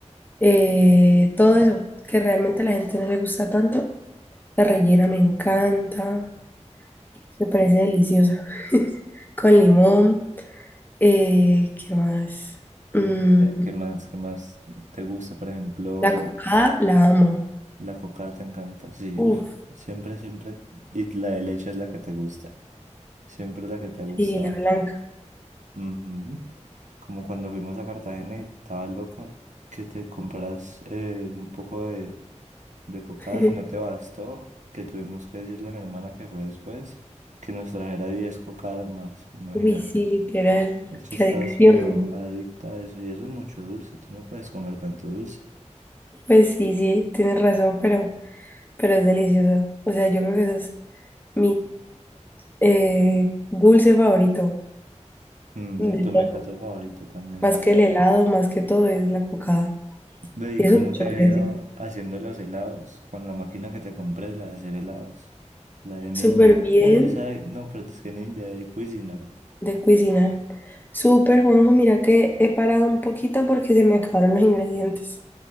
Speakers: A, on the left; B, on the right.
A: eh, todo eso que realmente a la gente no le gusta tanto. La rellena me encanta, me parece deliciosa, <laughs> con limón. Eh, ¿qué más? Mm,
B: No sé, ¿qué más, qué más te gusta? Por ejemplo,
A: la cocada la amo.
B: la cocada te encanta. Sí,
A: Uf,
B: uff, siempre, siempre. Y la de leche es la que te gusta. Siempre la que te gusta.
A: sí, la blanca.
B: Ujú. Como cuando fuimos a Cartagena y estaba loca, que te compras eh, un poco de, de cocada
A: <laughs>
B: y no te bastó, que tuvimos que decirle a mi hermana que fue después, que nos trajera 10 cocadas más. Imagínate.
A: Uy, sí, literal.
B: Es que
A: Qué
B: estás
A: adicción.
B: pero adicta a eso y eso es mucho dulce, tú no puedes comer tanto dulce.
A: Pues sí, sí, tienes razón, pero, pero es delicioso O sea, yo creo que ese es mi eh, dulce favorito
B: Mm,
A: de
B: el tu
A: todo.
B: mecato favorito también,
A: Más
B: sí.
A: que el
B: Mm.
A: helado, más que todo, es la cocada.
B: Ve,
A: Y
B: ¿Y
A: eso
B: cómo
A: es mucho
B: te ha
A: que
B: ido
A: decir.
B: haciendo los helados? Con la máquina que te compré, la de hacer helados. La de Ninja.
A: Súper bien
B: Ve, esa de- no, pero es que Ninja de Cuisinart.
A: de cocinar. Súper, Juanjo, mira que he parado un poquito porque se me acabaron los ingredientes.